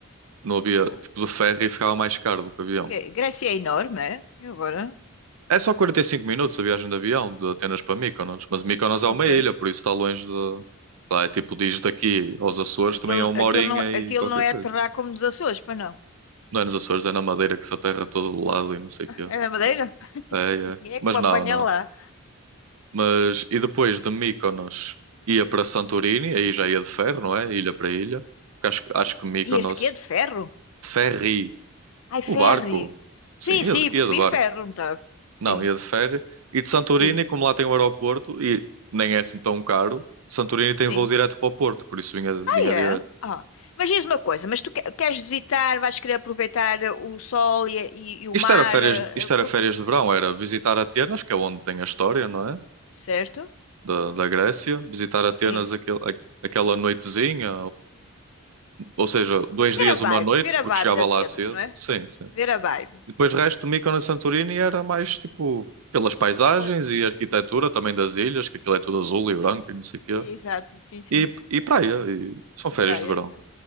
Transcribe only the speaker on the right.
Não havia
tipo de ferro e ficava mais caro do que avião.
É só 45 minutos a viagem de avião de Atenas para Mykonos, mas Mykonos é
uma ilha, por isso está longe de. Lá é tipo, diz daqui aos Açores
também é uma
horinha
e
qualquer
coisa.
Não é nos Açores, é na Madeira que se aterra todo lado e não sei o quê.
É,
é.
Mas
não, não.
Mas e depois de Mykonos ia para Santorini, aí já ia de ferro, não é? Ilha para ilha. Porque Acho, acho que Mykonos,
ferry,
o
barco. Sim,
ia,
de- ia
de barco.
Não,
ia de ferry. E de Santorini,
como lá tem o aeroporto e nem é assim tão caro, Santorini tem
voo direto para o Porto, por isso vinha,
vinha
direto.
Isto era férias,
isto
era
férias
de verão, era visitar Atenas, que é onde tem a história, não é?
Da, da Grécia, visitar Atenas
aquele, a- aquela noitezinha, Ou seja, dois dias,
uma
noite,
porque
chegava
lá
cedo.
Sim, sim.
E Depois o resto, Mykonos e Santorini era mais tipo pelas paisagens
e arquitetura também das ilhas, que aquilo é tudo azul e branco e não sei o quê.
E, e praia, e são férias
de verão.